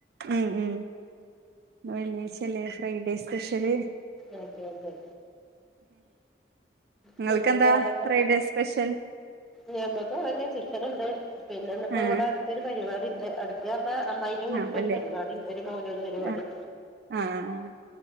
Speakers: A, on the right; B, in the centre.
A: ഉം ഉം ഇന്ന് വെള്ളി ആഴ്ച അല്ലെ ഫ്രഡേ സ്പെഷ്യല്
B: അതെ അതെ
A: നിങ്ങൾക്കെന്താ
B: പിന്നെ വേറെന്തക്ക
A: ഫ്രൈഡേ സ്പെഷ്യൽ
B: ഞമ്മക്ക് അതങ്ങെ ചിക്കനുണ്ട് പിന്നെന്നപ്പോ
A: ആഹ്
B: ഇവിടെ അടുത്തൊരു പരിപാടി ഉണ്ട് അ പറണ അമ്മന്റെ വീട്ടിലൊരു
A: ആഹ് വെള്ളി
B: പരിപാടി ഒരു മൗലൂദ് പരിപാടി
A: ആഹ് ആഹ്